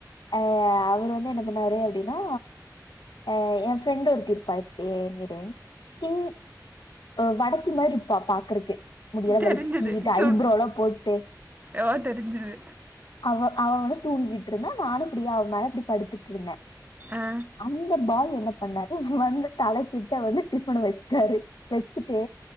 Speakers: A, on the left; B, on the right.
A: அ அவரு வந்து என்ன பண்ணாரு அப்டின்னா அ எம் ஃப்ரெண்டு ஒருத்தி இருப்பா இப்டியே நிறேம் இந்த அ வடக்கி மாரி இப்பா பாக்குறக்கே முடி எல்லா
B: தெரிஞ்சது
A: வலுச்சு சீவிட்டு
B: சொ
A: ஐப்ரோல்லா போட்டு
B: ஓ தெரிஞ்சது
A: அவ அவ வந்து தூங்கிட்டு இருந்தா நானும் அப்டியே அவ மேல இப்டி படுத்துட்டு இருந்த
B: ஆ
A: அந்த பாய் என் என்ன பண்ணாரு வந்து தலை கிட்ட வந்து டிஃபன்ன வெஸ் ட்டாரு வெச்சுட்டு